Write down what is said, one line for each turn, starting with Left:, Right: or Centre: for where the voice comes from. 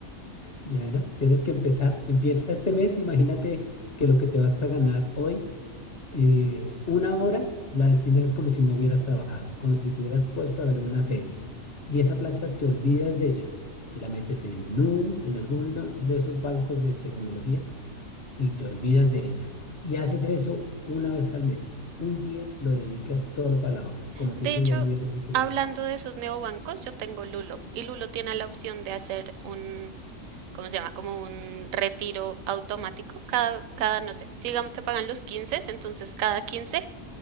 Left: Ya ¿no? Tienes que empezar. Empieza este mes. Imagínate que lo que te vas a ganar hoy, eh, una hora, la destinas como si no hubieras trabajado, como si te hubieras puesto a ver una serie. Y esa plata te olvidas de ella. La metes en Nu, en alguno de esos bancos de tecnología y te olvidas de ella. Y haces eso una vez al mes. Un día lo dedicas solo para el ahorro, como si
Right: De
Left: ese
Right: hecho,
Left: día no hubieras hecho
Right: hablando
Left: nada.
Right: de esos neobancos, yo tengo Lulo y Lulo tiene la opción de hacer un ¿cómo se llama? Como un retiro automático. Cada, cada, no sé, si digamos te pagan los 15, entonces cada 15